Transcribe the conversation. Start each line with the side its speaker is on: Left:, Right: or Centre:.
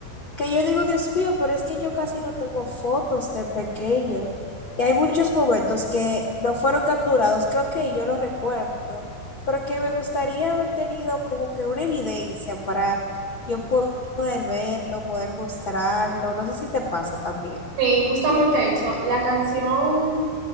Left: que yo digo, Dios mío, pero es que yo casi no tengo fotos de pequeño. Y hay muchos momentos que no fueron capturados, que ok, yo los recuerdo, pero que me gustaría haber tenido como que una evidencia para yo po- poder verlo, poder mostrarlo. No sé si te pasa también.
Right: Bunny. Sí, justamente eso. La canción